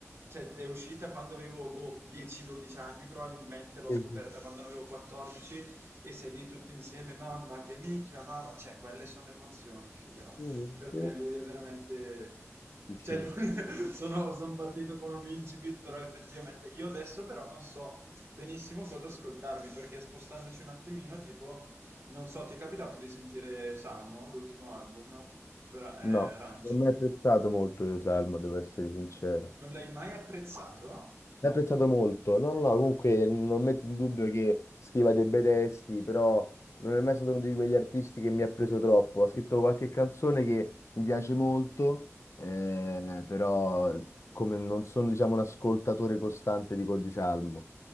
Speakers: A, on the right (about 50°); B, on the left (about 65°).
A: cioè, è uscita quando avevo boh, 10-12 anni, probabilmente l'ho
B: Sì,
A: scoperta
B: sì,
A: quando ne avevo 14 e sei lì tutti insieme, mamma che mi chiamava, cioè quelle sono emozioni, figaro.
B: sì,
A: Per
B: sì.
A: me lui è veramente...
B: Sì, sì.
A: Cioè, lui- <laughs> sono, sono partito con un incipit, però effettivamente io adesso però non so benissimo cosa ascoltarmi, perché spostandoci un attimino, tipo, non so, ti è capitato di sentire Salmo, l'ultimo album, Bra- eh,
B: No,
A: Ranch?
B: non mi è apprezzato molto io Salmo, devo essere sincero.
A: Non l'hai mai apprezzato?
B: L'ho apprezzato molto. No, no, no, comunque non metto in dubbio che scriva dei bei testi, però non è mai stato uno di quegli artisti che mi ha preso troppo. Ha scritto qualche canzone che mi piace molto, eh, però come non sono, diciamo, un ascoltatore costante di Codi Salmo.